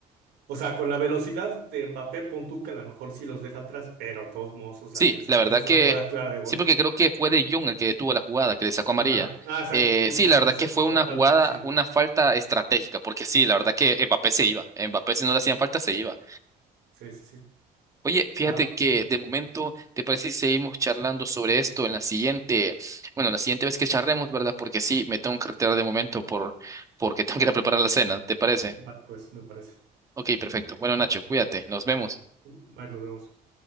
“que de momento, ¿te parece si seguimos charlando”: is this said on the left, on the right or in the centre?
Right